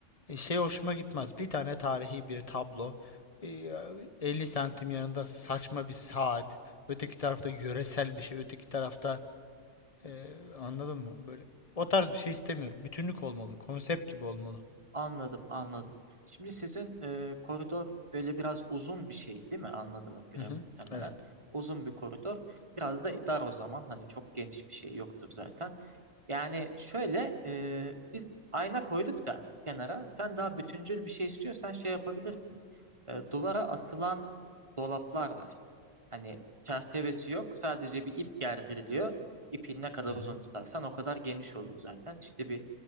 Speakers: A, on the left; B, on the right.
A: e, şey hoşuma gitmez. Bir tane tarihi bir tablo, e, 50 santim yanında saçma bir saat, öteki tarafta yöresel bir şey, öteki tarafta ee, anladın mı? Böyle o tarz bir şey istemiyorum. Bütünlük olmalı. Konsept gibi olmalı.
B: Anladım, anladım. Şimdi sizin e, koridor böyle biraz uzun bir şey değil mi? Anladığıma göre
A: Hı hı.
B: muhtemelen.
A: Evet.
B: Uzun bir koridor. Biraz da dar o zaman. Hani çok geniş bir şey yoktur zaten. Yani şöyle e, biz ayna koyduk da kenara. Sen daha bütüncül bir şey istiyorsan şey yapabilirsin. E, duvara asılan dolaplar var. Hani çerçevesi yok. Sadece bir ip gerdiriliyor. İpin ne kadar
A: Hı hı.
B: uzun tutarsan o kadar geniş olur zaten. İşte bir